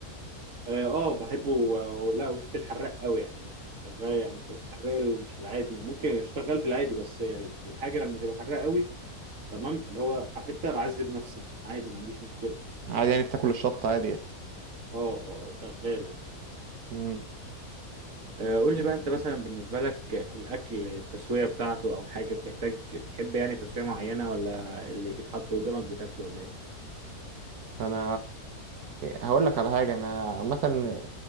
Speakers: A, on the right; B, on the right.
A: اه آه، بحبه و- لا وبحب الحراق قوي يعني شغال يعني الحراق مش العادي ممكن يشتغل في العادي بس الحاجه لما تبقى حراق قوي تمام اللي هو عارف انت بعذب نفسي عادي ما عنديش مشكله
B: عادي يعني بتاكل الشطة عادي يعني
A: اه آه، شغال
B: مم.
A: آه، قول لي بقى انت مثلا بالنسبه لك الاكل التسويه بتاعته او حاجه بتحتاج بتحب يعني تسويه معينه ولا اللي بيتحط قدامك بتاكله ولا ايه
B: انا هقول لك على حاجه انا عامه